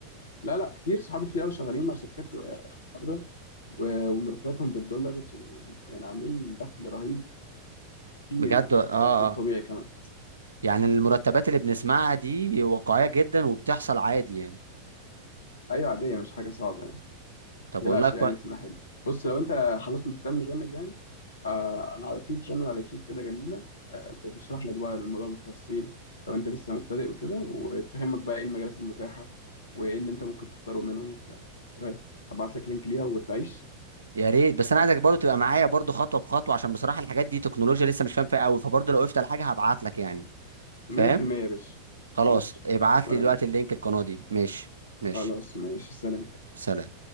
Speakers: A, on the left (about 65°); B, on the right (about 75°).
A: لا لا كتير صحابي كتير قوي شغالين مع شركات آه، بره و- ومرتباتهم بالدولارز ويعني عاملين دخل رهيب كتير
B: بجد
A: يعني
B: اه
A: يعني ده الطبيعي
B: اه
A: كمان
B: يعني المرتبات اللي بنسمعها دي واقعيه جدا وبتحصل عادي يعني
A: ايوه عادية مش حاجة صعبة يعني
B: طب
A: تقلقش
B: والله كويس
A: يعني في الناحية دي بص لو أنت خلاص مهتم جامد يعني آه أنا في شانل على اليوتيوب كده جميلة آه بتشرح لك بقى الموضوع بالتفصيل لو أنت لسه مبتدئ وكده وتفهمك بقى إيه المجالات المتاحة وإيه اللي أنت ممكن تختاره منهم وبتاع إيه رأيك؟ أبعت لك لينك ليها وتعيش
B: يا ريت بس انا عايزك برضه تبقى معايا برضه خطوه بخطوه عشان بصراحه الحاجات دي تكنولوجيا لسه مش فاهم فيها قوي فبرضه لو وقفت على حاجه هبعت لك يعني
A: 100%
B: فاهم
A: يا باشا
B: خلاص
A: ماشي
B: ابعت
A: ولا
B: لي دلوقتي
A: يهمك.
B: اللينك القناه دي ماشي ماشي
A: خلاص ماشي سلام
B: سلام